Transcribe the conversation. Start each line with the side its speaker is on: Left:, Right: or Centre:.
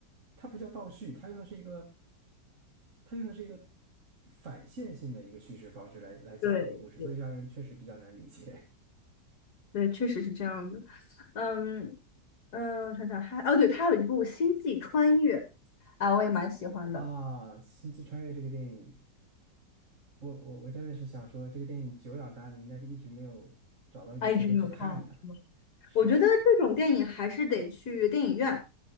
Right: 它不叫倒叙，它用的是一个它用的是一个反线性的一个叙事方式来来讲这个故事，
Left: 对对，
Right: 所以让人确实比较难理解
Left: 对，确实是这样的。嗯嗯，我想想还哦，对，它有一部《星际穿越》，啊，我也蛮喜欢的。
Right: <laughs> 啊。《星际穿越》这个电影。我我我真的是想说，这个电影久仰大名，但是一直没有找到一个机会去看它。
Left: 啊，一直没有看。
Right: 是
Left: 我觉得这种电影还是得去电影院，